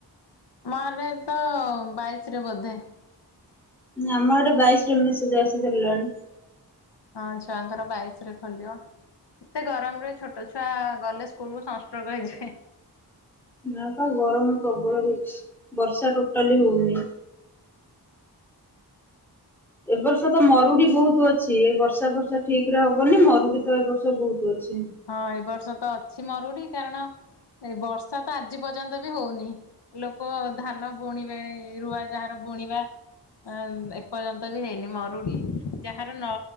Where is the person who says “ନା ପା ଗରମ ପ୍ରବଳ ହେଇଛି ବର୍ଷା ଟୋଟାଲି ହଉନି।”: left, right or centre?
Centre